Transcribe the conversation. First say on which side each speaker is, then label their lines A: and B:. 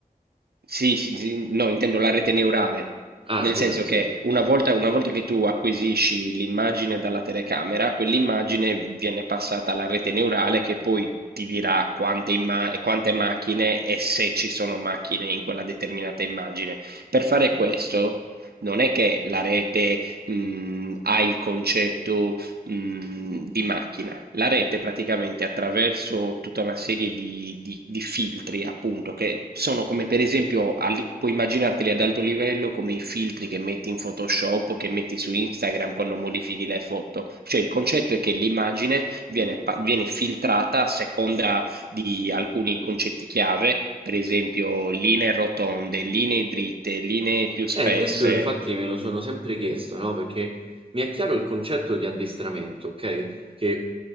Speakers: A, on the right; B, on the right.
A: Sì, sì, sì, no, intendo la rete neurale,
B: Ah,
A: nel
B: scusami,
A: senso
B: sì.
A: che una volta, una volta che tu acquisisci l'immagine dalla telecamera, quell'immagine viene passata alla rete neurale che poi ti dirà quante, imma- quante macchine e se ci sono macchine in quella determinata immagine. Per fare questo, non è che la rete, mh, ha il concetto, mh, di macchina. La rete praticamente attraverso tutta una serie di, di- di filtri, appunto, che sono come per esempio, al- puoi immaginarteli ad alto livello come i filtri che metti in Photoshop o che metti su Instagram quando modifichi le foto. Cioè il concetto è che l'immagine viene, pa- viene filtrata a seconda di alcuni concetti chiave, per esempio linee rotonde, linee dritte, linee più spesse.
B: Eh, questo infatti me lo sono sempre chiesto, no? Perché mi è chiaro il concetto di addestramento, ok? Che